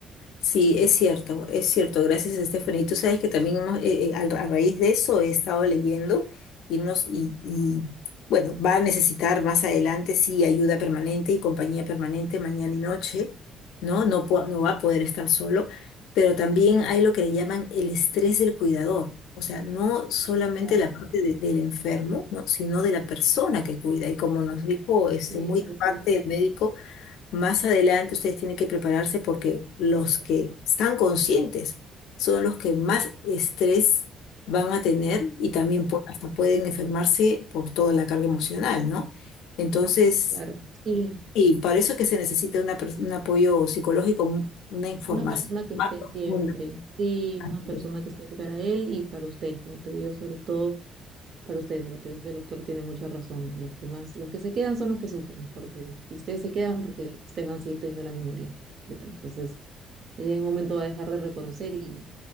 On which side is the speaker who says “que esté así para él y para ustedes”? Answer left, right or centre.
Right